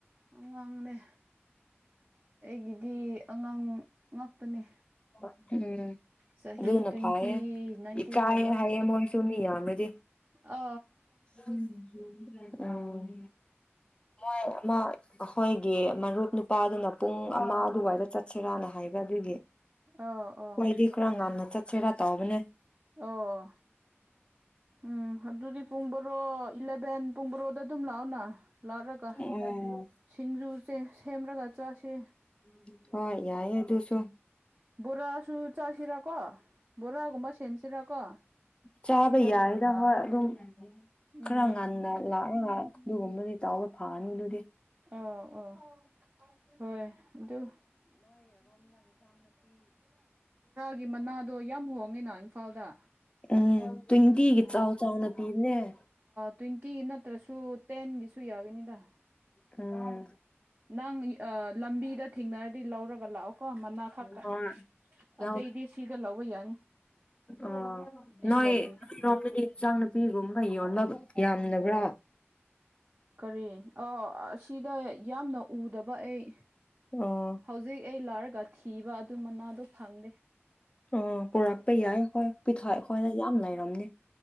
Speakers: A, on the right; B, on the left.
A: ꯑꯉꯥꯡꯅꯦ ꯑꯩꯒꯤꯗꯤ ꯑꯉꯥꯡ ꯉꯥꯛꯇꯅꯦ
B: ꯎꯝ
A: ꯆꯍꯤ
B: ꯑꯗꯨꯅ
A: ꯇ꯭ꯋꯦꯟꯇꯤ
B: ꯐꯥꯏꯌꯦ
A: ꯅꯥꯏꯟꯇꯤꯟꯒꯨꯝꯕ
B: ꯏꯀꯥꯏꯌꯦ
A: ꯉꯥꯛꯇꯅꯤ
B: ꯍꯥꯏꯌꯦ ꯃꯣꯏꯁꯨ ꯃꯤ ꯌꯥꯝꯔꯗꯤ
A: ꯑ
B: ꯎꯝ ꯍꯝ ꯑ ꯃꯣꯏ <inaudible> ꯃꯔꯨꯞ ꯅꯨꯄꯥꯗꯨꯅ ꯄꯨꯡ ꯑꯃ ꯑꯗꯨꯋꯥꯏꯗ ꯆꯠꯁꯤꯔꯥꯅ ꯍꯥꯏꯕ ꯑꯗꯨꯒꯤ
A: ꯑꯥ ꯑꯥ
B: ꯀꯣꯏꯗꯤꯈꯔ ꯉꯥꯟꯅ ꯆ ꯁꯤꯔꯥ ꯇꯧꯕꯅꯦ <inaudible>
A: ꯑꯣ ꯎꯝ ꯑꯗꯨꯗꯤ ꯄꯨꯡ ꯕꯔꯣ ꯏꯂꯚꯦꯟ ꯄꯨꯡ ꯕꯣꯔꯣꯗ ꯑꯗꯨꯝ ꯂꯥꯛꯑꯣꯅ ꯂꯥꯠꯂꯒ
B: ꯎꯝ
A: ꯁꯤꯡꯖꯨꯁꯦ ꯁꯦꯝꯔꯒ ꯆꯥꯛ ꯁꯦ
B: ꯎꯝ <unintelligible> ꯍꯣꯏ ꯌꯥꯏ ꯑꯗꯨ <inaudible>
A: ꯕꯣꯔꯥꯁꯨ ꯆꯁꯤꯔ ꯀꯣ ꯕꯣꯔꯥꯒꯨꯝꯕ ꯁꯦꯝꯁꯤꯔꯀꯣ
B: ꯆꯥꯕ ꯌꯥꯏꯗ ꯍꯣꯏ ꯑꯗꯨꯝ
A: ꯎꯝ
B: ꯈꯔ ꯉꯟꯅꯥ ꯂꯛ ꯉꯥꯏ ꯑꯗꯨꯒꯨꯝꯕꯗꯤ ꯇꯥꯎꯔ ꯐꯥꯅꯨ ꯑꯗꯨꯗꯤ
A: ꯑꯥ ꯑꯥ ꯍꯣꯏ ꯑꯗꯨ
B: <inaudible>
A: ꯒꯤ ꯃꯅꯥꯗꯣ ꯌꯥꯝ ꯍꯣꯡꯉꯦ ꯅ ꯏꯝꯐꯥꯜꯗ
B: ꯎꯝ ꯇꯨꯡ ꯏꯇꯤꯒꯤ ꯆꯥꯎꯥꯛ ꯆꯥꯎꯅ ꯄꯤꯅꯦꯦ
A: ꯇ꯭ꯋꯦꯟ ꯏ ꯅꯠꯇ꯭ꯔꯁꯨ ꯇꯦꯟꯒꯤ ꯁꯨꯏ ꯌꯥꯒꯅꯤꯗ
B: ꯎꯝ
A: ꯅꯪ ꯂꯝꯕꯤꯗ ꯊꯦꯡꯅꯔꯗꯤ ꯂꯧꯔꯒ ꯂꯥꯛꯑꯣꯀꯣ ꯃꯅꯥ ꯈꯛꯇ
B: ꯍ ꯌꯥ
A: ꯑꯇꯩꯗꯤ ꯁꯤꯗ ꯂꯧꯕ ꯌꯥꯅꯤ
B: ꯑ
A: ꯑꯩ
B: ꯅꯣꯏ
A: ꯂꯧꯕꯤꯒꯦ
B: ꯅꯣꯡꯃꯗꯤ ꯆꯥꯡꯅ ꯄꯤꯒꯨꯝ ꯃ ꯌꯣꯟꯕ ꯌꯥꯝꯕ꯭ꯔꯥ
A: ꯀꯔꯤ ꯑꯣ ꯑꯁꯤꯗ ꯌꯥꯝꯅ ꯎꯗꯕ ꯑꯩ
B: ꯑꯣ
A: ꯍꯧꯖꯤꯛ ꯑꯩ ꯂꯥꯏꯔꯒ ꯊꯤꯕ ꯑꯗꯨ ꯃꯅꯥꯗꯣ ꯍꯗꯦ
B: ꯑ ꯄꯨꯔꯛꯄ ꯌꯥꯏ ꯍꯣꯏ ꯄꯤꯊꯛꯑ ꯑꯩꯈꯣꯏꯅ ꯌꯥꯝ ꯂꯩꯔꯝꯅꯤ